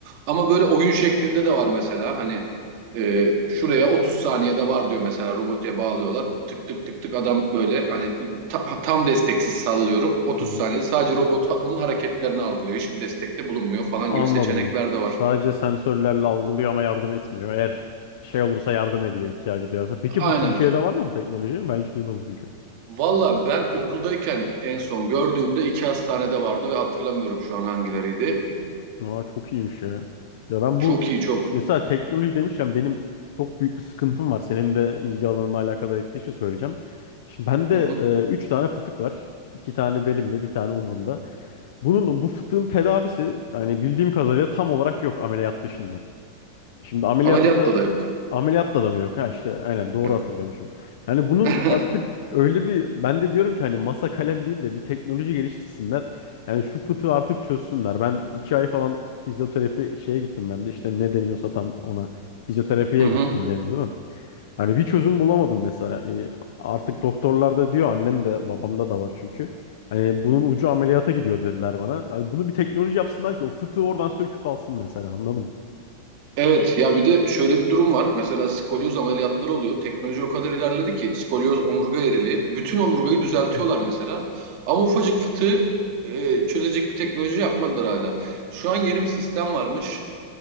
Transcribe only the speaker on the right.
Ama böyle oyun şeklinde de var mesela. Hani e, şuraya 30 saniyede var diyor mesela robotuya bağlıyorlar. Tık tık tık tık adam böyle hani ta- tam desteksiz sallıyorum. 30
saniyede sadece robot onun hareketlerini algılıyor. Hiçbir destekte bulunmuyor falan
gibi seçenekler de var.
Aynen
Valla ben okuldayken en son gördüğümde iki hastanede vardı ve hatırlamıyorum şu an hangileriydi.
Çok
iyi çok.
Hı hı.
Ameliyatla
da yok.
Yok.
<laughs>
Hı hı.
Evet ya bir de şöyle bir durum var. Mesela skolyoz ameliyatları oluyor. Teknoloji o kadar ilerledi ki skolyoz omurga erili. Bütün omurgayı düzeltiyorlar
mesela. Ama ufacık fıtığı e, çözecek bir teknoloji yapmadılar hala. Şu an yeni bir sistem varmış.